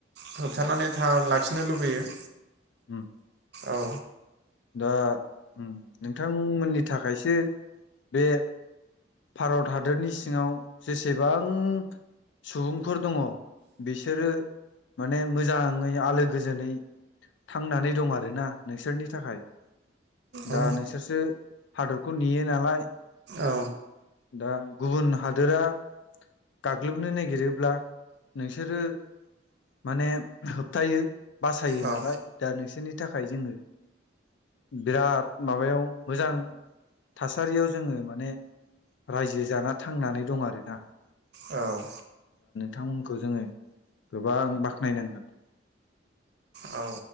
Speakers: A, on the right; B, on the left.
A: होबथानानै था लाखिनो लुबैयो।
B: उम्म।
A: औ।
B: दा उम नोंथांमोननि थाखायसो बे भारत हादरनि सिङाव जेसेबां सुबुंफोर दङ बिसोरो माने मोजाङै आलो गोजोनै थांनानै दं आरोना नोंसोरनि थाखाय। दा
A: औ
B: नोंसोरसो हादरखौ नेयो नालाय
A: औ
B: दा गुबुन हादोरा गाग्लोबनो नागिरोब्ला नोंसोरो माने होबथायो, बासायो
A: औ
B: नालाय दा नोंसोरनि थाखाय जोङो बिराद माबायाव मोजां थासारियाव जोङो माने रायजो जाना थांनानै दं आरोना
A: औ
B: थांमोनखौ जों गोबां बाखनाय‌ नांगोन।
A: औ